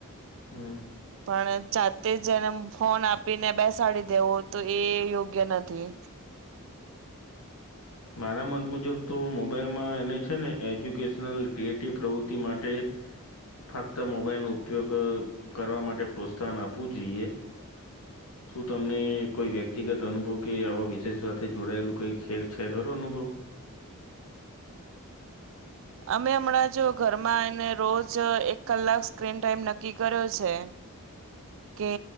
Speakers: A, on the left; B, on the right.
A: હમ
B: પણ જાતે જ એને ફોન આપીને બેસાડી દેવો તો એ યોગ્ય નથી.
A: મારા મત મુજબ તો મોબાઈલમાં એને છે ને એજ્યુકેશનલ ક્રિએટિવ પ્રવૃત્તિ માટે ફક્ત મોબાઈલનો ઉપયોગ અહ કરવા માટે પ્રોત્સાહન આપવું જોઈએ. શું તમને કોઈ વ્યક્તિગત અનુભવ કે આવા વિશેષ વાત તે જોડાયેલું કઈ ખે છે ખરું અનુભવ?
B: અમે હમણાં જો ઘરમાં એ રોજ એક કલાક સ્ક્રીન ટાઈમ નક્કી કર્યો છે કે